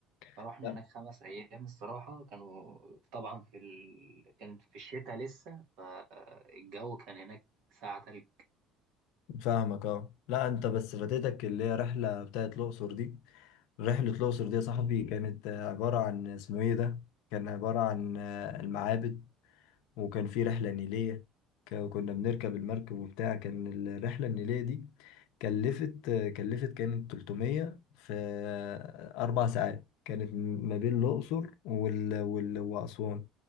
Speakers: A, on the left; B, on the right.
A: <laughs>
B: فروحنا
A: لا
B: هناك خمس أيام الصراحة كانوا طبعا في ال... كانت في الشتاء لسه فالجو كان هناك ساعة تلج
A: فاهمك اه لا انت بس فاتتك اللي هي رحله بتاعت الاقصر دي رحلة الأقصر دي يا صاحبي كانت آه، عبارة عن اسمه إيه ده؟ كان عبارة عن آه، المعابد وكان في رحلة نيلية ك- كنا بنركب المركب وبتاع كان الرحلة النيلية دي كلفت آه، كلفت كانت 300 في آه، أربع ساعات كانت م- ما بين الأقصر وال... وال... وأسوان